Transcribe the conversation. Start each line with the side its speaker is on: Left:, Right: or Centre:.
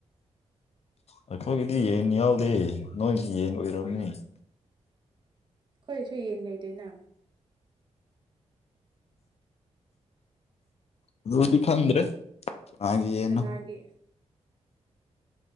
Left: ꯑꯩꯈꯣꯏꯒꯤꯗꯤ ꯌꯦꯟ ꯌꯥꯎꯗꯦ ꯅꯣꯏꯒꯤ ꯌꯦꯟ ꯑꯣꯏꯔꯝꯅꯤ
Right: ꯑꯩꯈꯣꯏꯒꯤꯁꯨ ꯌꯦꯟ ꯂꯩꯇꯦꯅ
Left: ꯑꯗꯨꯗꯤ ꯈꯡꯗ꯭ꯔꯦ ꯀꯅꯥꯒꯤ ꯌꯦꯟꯅꯣ
Right: ꯀꯅꯥꯒꯤ